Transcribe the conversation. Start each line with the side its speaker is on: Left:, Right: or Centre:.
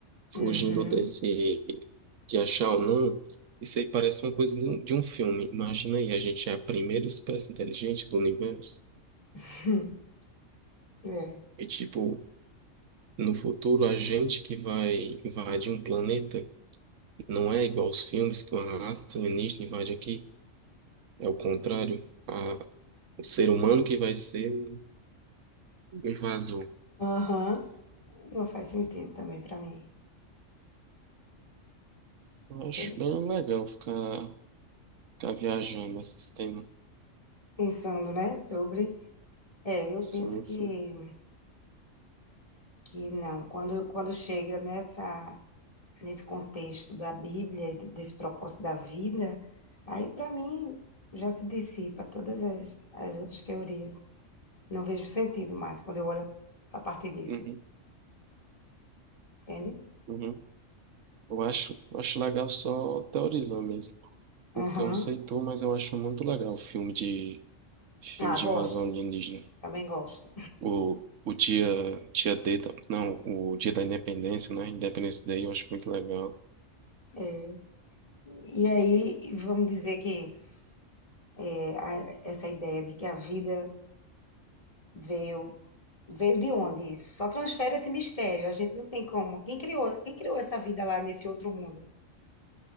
Right: fugindo
Left: Uhum.
Right: desse de achar ou não, isso aí parece uma coisa de um de um filme. Imagina aí, a gente é a primeira espécie inteligente do universo
Left: <laughs> É.
Right: e tipo, no futuro a gente que vai invadir um planeta não é igual aos filmes que uma raça alienígena invade aqui, é o contrário. A, o ser humano que vai ser o o invasor.
Left: Aham. Não faz sentido também para mim.
Right: Eu Acho
Left: Tem-
Right: bem legal ficar, ficar viajando nesse tema.
Left: Pensando, né? Sobre. É, eu
Right: Sim,
Left: penso que,
Right: sim.
Left: que não. Quando, quando chega nessa, nesse contexto da Bíblia, de- desse propósito da vida, aí para mim já se dissipa todas as, as outras teorias. Não vejo sentido mais quando eu olho a partir disso,
Right: Uhum,
Left: entende?
Right: uhum. Eu acho, eu acho legal só teorizar mesmo. Porque
Left: Aham.
Right: eu não sei tu, mas eu acho muito legal o filme de filme
Left: Ah,
Right: de
Left: gosto.
Right: invasão alienígena.
Left: também gosto.
Right: O, o dia, dia D, da- não, o dia da Independência, né? Independence Day, eu acho muito legal.
Left: É, e aí, vamos dizer que é, a- essa ideia de que a vida veio, veio de onde isso? Só transfere esse mistério, a gente não tem como. Quem criou, quem criou essa vida lá nesse outro mundo?